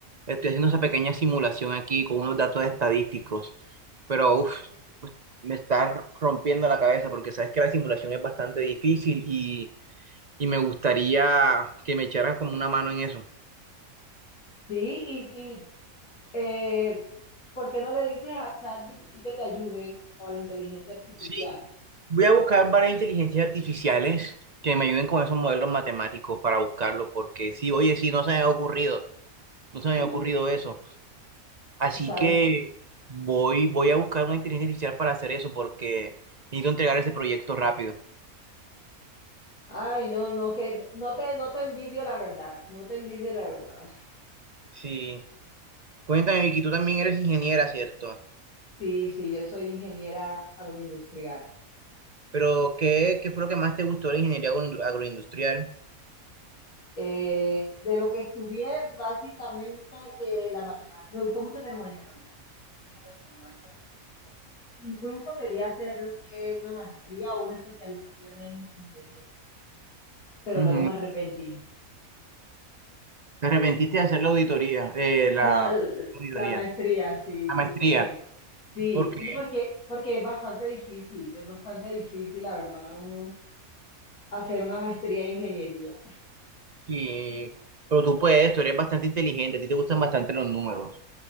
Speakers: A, on the right (about 50°); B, on the left (about 85°).
A: estoy haciendo esa pequeña simulación aquí con unos datos estadísticos. Pero uff, me está rompiendo la cabeza porque sabes que la simulación es bastante difícil y, y me gustaría que me echaras como una mano en eso.
B: Sí, y, y eh, ¿por qué no le dices a ChatGPT que te ayude o a la inteligencia artificial?
A: Sí, voy a buscar varias inteligencias artificiales que me ayuden con esos modelos matemáticos para buscarlo porque sí, oye, sí, no se me ha ocurrido, no se me
B: Sí,
A: ha ocurrido eso. Así
B: Tú sabes.
A: que voy, voy a buscar una inteligencia artificial para hacer eso porque necesito entregar ese proyecto rápido.
B: Ay, no, no, que no te, no te envidio la verdad, no te envidio la verdad.
A: Sí, cuéntame, Vicky, tú también eres ingeniera, ¿cierto?
B: Sí, sí, yo soy ingeniera agroindustrial.
A: Pero, ¿qué, qué fue lo que más te gustó de la ingeniería agro- agroindustrial?
B: Eh, de lo que estudié, básicamente eh, la matemática. Me gustó mucho termodinámica, me gustó mucho termodinámica en la universidad. Incluso quería hacer eh, una maestría o una especialización en ingeniería, pero
A: Ujú.
B: luego me arrepentí.
A: Te arrepentiste de hacer la auditoría, eh, la
B: No, l-
A: auditoría,
B: la maestría, sí, sí,
A: la maestría.
B: porque sí,
A: Porque,
B: sí, porque porque es bastante difícil, es bastante difícil, la verdad, uno hacer una maestría en ingeniería.
A: sí, pero tú puedes, tú eres bastante inteligente, a ti te gustan bastante los números.